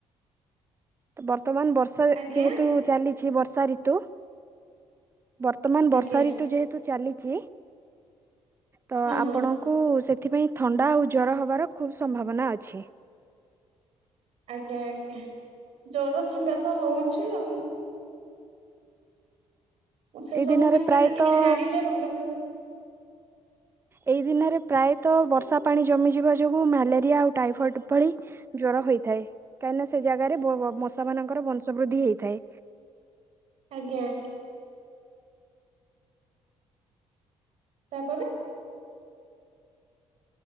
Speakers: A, on the right; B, on the right.
A: ବର୍ତ୍ତମାନ ବର୍ଷା
B: ଆଜ୍ଞା
A: ଯେହେତୁ ଚାଲିଛି ବର୍ଷା ଋତୁ। ବର୍ତ୍ତମାନ ବର୍ଷା
B: ଆଜ୍ଞା
A: ଋତୁ ଯେହେତୁ ଚାଲିଚି। ତ
B: ହଁ
A: ଆପଣଙ୍କୁ
B: ହଁ।
A: ସେଥିପାଇଁ ଥଣ୍ଡା ଆଉ ଜର ହବାର ଖୁବ୍ ସମ୍ଭାବନା ଅଛି।
B: ଆଜ୍ଞା ଆଜ୍ଞା ଜର ଥଣ୍ଡା ତ ହଉଛି ଆଉ। ମୁଁ ସେ
A: ଏଇ
B: ସବୁ
A: ଦିନରେ
B: ବିଷୟରେ
A: ପ୍ରାୟତଃ
B: ଟିକେ ଜାଣିଲେ ଭଲ ଭାବ
A: ଏଇ ଦିନରେ ପ୍ରାୟତଃ
B: ଡାକିବି।
A: ବର୍ଷା ପାଣି ଜମିଯିବା ଯୋଗୁଁ ମ୍ୟାଲେରିଆ ଆଉ ଟାଇଫଏଡ଼୍ ଭଳି ଜର ହୋଇଥାଏ କାହିଁକି ନା ସେ ଜାଗାରେ ମଶା ମାନଙ୍କର ବଂଶ ବୃଦ୍ଧି ହେଇଥାଏ।
B: ଆଜ୍ଞା। ତାପରେ